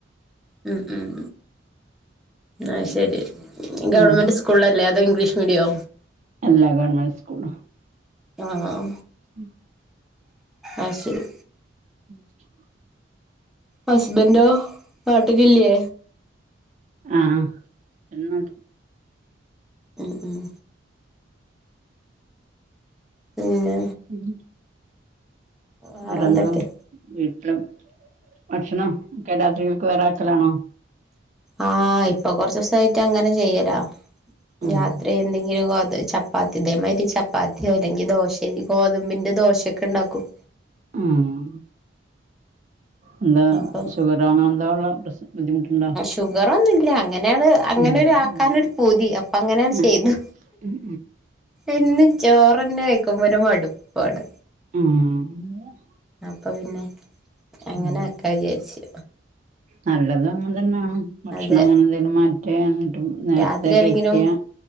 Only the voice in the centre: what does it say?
ഉം ഉം ആഹ്ശരി ഗവൺമെന്റ്
സ്കൂളിലല്ലേ അതോ ഇംഗ്ലീഷ് മീഡിയോ
ആഹ്
ആഹ്ശരി
ഹസ്ബൻന്റോ നാട്ടിലില്ലേ
ഉം ഉം പിന്നെ
വേറെന്തൊക്കെ
ആഹ് ഇപ്പൊ കൊറച്ചിസയിട്ട് അങ്ങനെ ചെയ്യല
രാത്രി എന്തെങ്കിലും.. അപ്പ ഇതെമാതിരി ചപ്പാത്തിയോ അല്ലെങ്കിൽ ദോശ ഗോതമ്പിന്റെ ദോശക്കെ ണ്ടാക്കും
ഇപ്പം
ഷുഗറൊന്നുംല്ല അങ്ങനെയാണ് അങ്ങനെരു
ആക്കാനൊരു
പൂതി അപ്പൊ അങ്ങനെണ്
ചെയ്തു
എന്നും ചോറ്ന്നെ കഴക്കുമ്പോ ഒരു മടുപ്പാണ്
അപ്പ പിന്നെ അങ്ങനെ
ആക്കാന്ന് വിചാരിച്ചു
അതെ
രാത്രി ആണെങ്കിലും